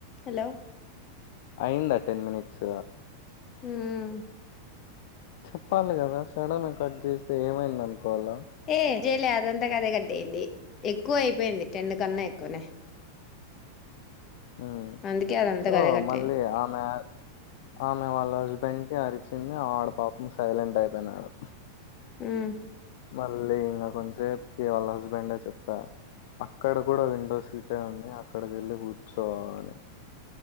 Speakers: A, on the left; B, on the left.
A: Hello!
B: I'm ten minutes
A: ఉమ్
B: చెప్పాల్ గదా సడన్ కట్ చేస్తే ఏమైందనుకోవాలా
A: ఏ చేయలే అదంత కదే కట్ అయింది ఎక్కువ అయిపోయింది టెన్ కన్నా ఎక్కువనే
B: మ్
A: అందుకే అదంతా
B: సో
A: గదే కట్
B: మళ్ళీ
A: అయింది
B: ఆమె ఆమె వాళ్ళ హస్బెండ్కి అరి చ్చింది ఆ ఆడు పాపం సైలెంట్ అయిపొయినాడు.
A: మ్
B: మళ్ళీ ఇంగ కొంసేప్కి వాళ్ళ హస్బెండే చెప్తా అక్కడ గుడా విండో సీటే ఉన్నయ్ అక్కడికెళ్ళి కూర్చోవాలె.